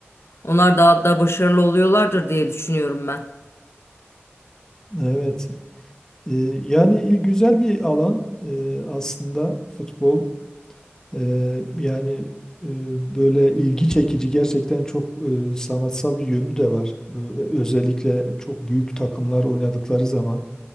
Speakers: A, on the left; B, on the left.
A: Onlar daha da başarılı oluyorlardır diye düşünüyorum ben.
B: Evet. Ee, yani il- güzel bir alan ee, aslında futbol. Ee, yani e, böyle ilgi çekici gerçekten çok e, sanatsal bir yönü de var. Böyle özellikle çok büyük takımlar oynadıkları zaman